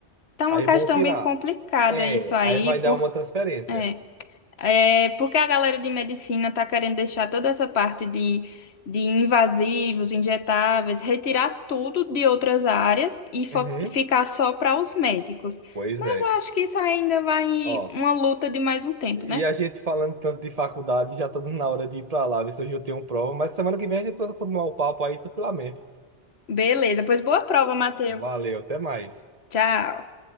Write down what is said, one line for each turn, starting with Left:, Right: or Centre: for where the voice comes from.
Left: Tá
Right: Aí
Left: uma questão
Right: vão tirar.
Left: bem complicada
Right: É,
Left: isso aí,
Right: aí vai dar
Left: por,
Right: uma transferência.
Left: é. É porque a galera de medicina está querendo deixar toda essa parte de, de invasivos, injetáveis, retirar tudo de outras áreas e fo-
Right: Uhum.
Left: ficar só para os médicos.
Right: Pois
Left: Mas
Right: é.
Left: eu acho que isso ainda vai
Right: Ó,
Left: uma luta de mais um tempo,
Right: e
Left: né?
Right: a gente falando tanto de faculdade, já tá dando na hora de ir pra lá, ver se hoje eu tenho prova, mas semana que vem a gente pode continuar o papo aí tranquilamente.
Left: Beleza, pois boa prova, Matheus.
Right: Valeu, até mais.
Left: Tchau.